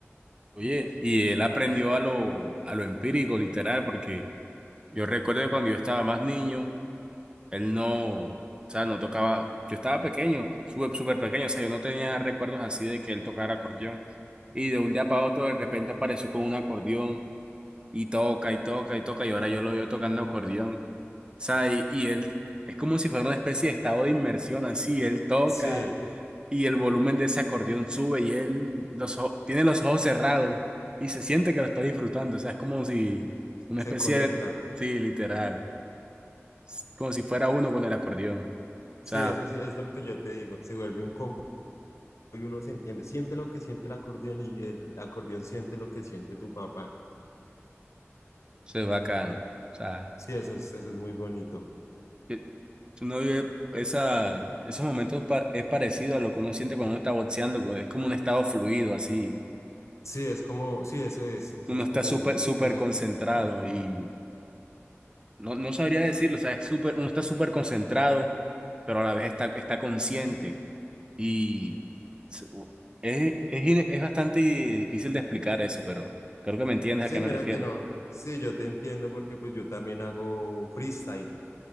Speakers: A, on the right (about 20°); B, on the left (about 85°).
A: Oye, y él aprendió a lo, a lo empírico, literal, porque yo recuerdo que cuando yo estaba más niño, él no, o sea, no tocaba, yo estaba pequeño, súper, súper pequeño, o sea, yo no tenía recuerdos así de que él tocara acordeón. Y de un día para otro, de repente apareció con un acordeón y toca y toca y toca, y ahora yo lo veo tocando acordeón. O sea, y, y él es como si fuera una especie de estado de inmersión, así, él toca.
B: Sí,
A: y el volumen de ese acordeón sube y él los, o- tiene los ojos cerrados y se siente que lo está disfrutando. O sea, es como si una
B: se
A: especie
B: conecta.
A: de... Sí, literal. s- Como si fuera uno con el acordeón.
B: Sí,
A: O sea,
B: eso sí, es lo que yo te digo. Se vuelve un combo y uno se entiende. Siente lo que siente el acordeón y el acordeón siente lo que siente tu papá.
A: eso es bacano. O sea,
B: Sí, eso es, eso es muy bonito.
A: que uno vive esa, esos momentos pa- es parecido a lo que uno siente cuando uno está boxeando. que Es como un estado fluido, así.
B: Sí, es como, sí, eso es, eso
A: Uno
B: es
A: está
B: como
A: súper,
B: un,
A: súper
B: un...
A: concentrado y... No, no sabría decirlo, o sea, es súper, uno está súper concentrado, pero a la vez está, está consciente. Y se- u- es, es, ine- es bastante difícil de explicar eso, pero creo que me entiendes
B: Sí,
A: a qué me
B: mira
A: refiero.
B: que no. Sí, yo te entiendo porque pues yo también hago freestyle.